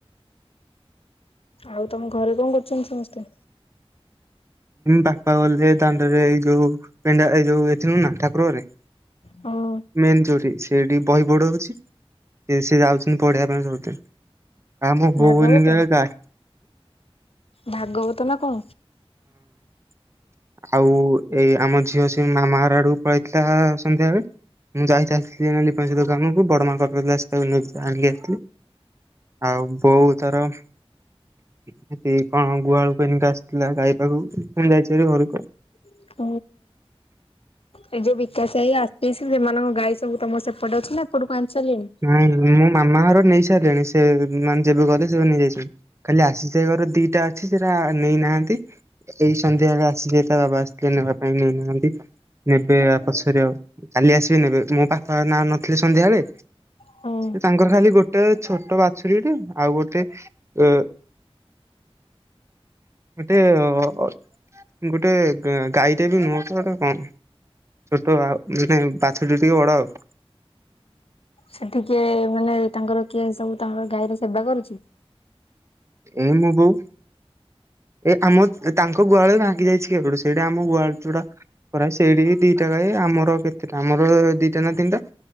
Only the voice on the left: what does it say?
ଆଉ ତମ ଘରେ ଙ୍କ କରୁଚନ୍ତି ସମସ୍ତେ?
ହଁ!
ଭାଗବତ
ଭାଗବତ ନା ଙ୍କ?
<inaudible> ସେମାନଙ୍କ ଗାଈ ସବୁ ତମ ସେପଟେ ଅଛି ନା, ଏପଟକୁ ଆଣି ସାର୍ଲେଣି।
ହୁଁ।
ସେଠିକିଏ ମାନେ ତାଙ୍କର କିଏ ସବୁ ତାଙ୍କର ଗାଈର ସେବା କରୁଛି।